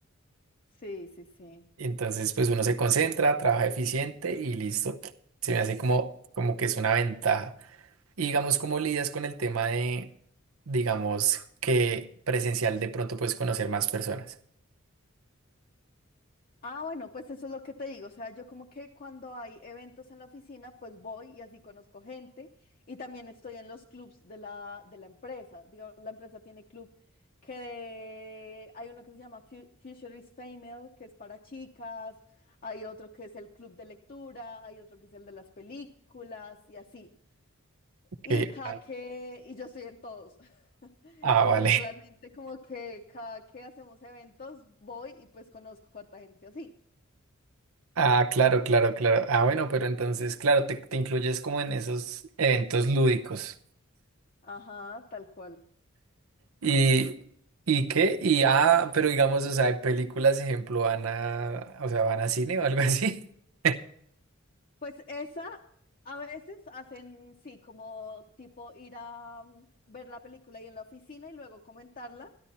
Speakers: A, on the left; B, on the right.
A: Sí, sí, sí.
B: Entonces pues uno se concentra, trabaja eficiente y listo, se me hace como, como que es una ventaja. Y digamos, ¿cómo lidias con el tema de, digamos, que presencial de pronto puedes conocer más personas?
A: Ah, bueno, pues eso es lo que te digo. O sea, yo como que cuando hay eventos en la oficina, pues voy y así conozco gente. Y también estoy en los clubs de la, de la empresa. Digamos, la empresa tiene club que de- hay uno que se llama Fu- Futurist Female, que es para chicas. Hay otro que es el club de lectura. Hay otro que es el de las películas y así.
B: Que-
A: Y cada
B: ah,
A: que, y yo estoy en todos. <laughs>
B: ah,
A: Entonces
B: vale. <laughs>
A: realmente como que cada que hacemos eventos voy y pues conozco a harta gente así.
B: Ah, claro, claro, claro. Ah, bueno, pero entonces, claro, te, te incluyes como en esos eventos lúdicos.
A: Ajá, tal cual.
B: ¿Y, y qué? Y ah, pero digamos, o sea, hay películas, ejemplo, van a, o sea, van a cine o algo así. <laughs>
A: Pues esa a veces hacen, sí, como tipo ir a mm, ver la película ahí en la oficina y luego comentarla,